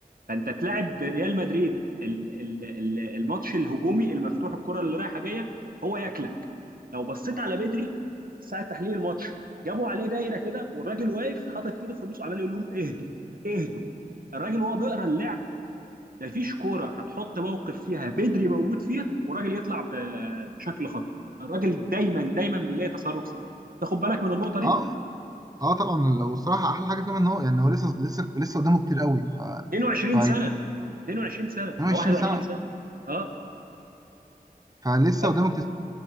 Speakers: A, on the right; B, on the right.
A: فانت تلعب ريال مدريد ال- ال- ال- الماتش الهجومي المفتوح الكره اللي رايحه جايه هو ياكلك لو بصيت على بدري ساعه تحليل الماتش جابوا عليه دايره كده والراجل واقف حاطط ايده في النص عمال يقول لهم اهدوا اهدوا الراجل وهو بيقرا اللعب مفيش كوره هتحط موقف فيها بدري موجود فيها والراجل يطلع ب- بشكل خطا الراجل دايما دايما بيلاقي تصرف صحيح تاخد بالك من النقطه دي
B: اه اه طبعا ال- والصراحه احلى حاجه كمان ان هو يعني هو لسه لسه لسه قدامه كتير قوي ف
A: 22
B: ف
A: سنه 22 سنه
B: 22
A: او 21
B: سنه
A: سنه اه
B: فلسه
A: طب
B: قدامه كتير